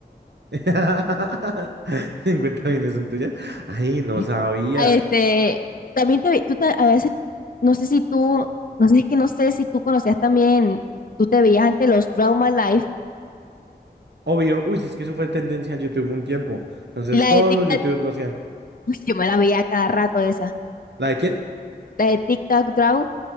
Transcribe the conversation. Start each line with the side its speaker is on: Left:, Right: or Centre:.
Right: <laughs> 50 millones son tuyas. Ay, no
Left: Sí.
Right: sabía.
Left: Ah, Este, también te, vi- tú te- a veces, no sé si tú, no sé, es que no sé si tú conocías también, tú te veías ante los Trauma Life,
Right: Obvio, uy, si es que eso fue tendencia en YouTube un tiempo. Entonces
Left: la
Right: todos
Left: de Tic
Right: los YouTubers lo hacían.
Left: Uy, yo me la veía cada rato esa.
Right: ¿La de quién?
Left: La de TikTok Draw,